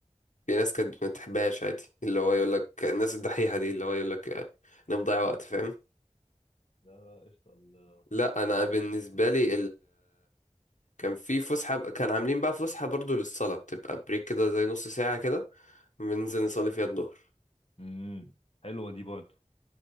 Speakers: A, on the left; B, on the left.
A: في ناس كانت ما بتحبهاش عادي اللي هو يقول لك الناس الدحيحة دي اللي هو يقول لك انا مضيع وقت فاهم
B: لا قشطة ال-
A: لا انا بالنسبة لي كان في فسحة كان عاملين بقى فسحة برضو للصلاة بتبقى بريك كده زي نص ساعة كده بننزل نصلي فيها الظهر
B: امم حلوه دي برضه